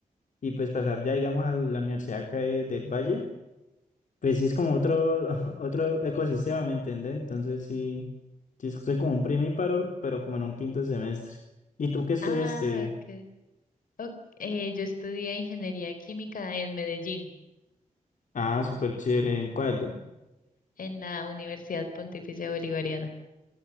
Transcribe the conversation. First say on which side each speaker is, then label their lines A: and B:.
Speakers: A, on the left; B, on the left.
A: y pues pasar ya, digamos, a la universidad acá de- del Valle, pues sí es como otro, <laughs> otro ecosistema, ¿me entiendes? Entonces sí, sí es- soy como un primíparo, pero como en un quinto semestre. ¿Y tú qué estudiaste?
B: Ah, ok. Ok, eh, yo estudié ingeniería química en Medellín,
A: Ah, súper chévere. ¿En cuál?
B: en la Universidad Pontificia Bolivariana.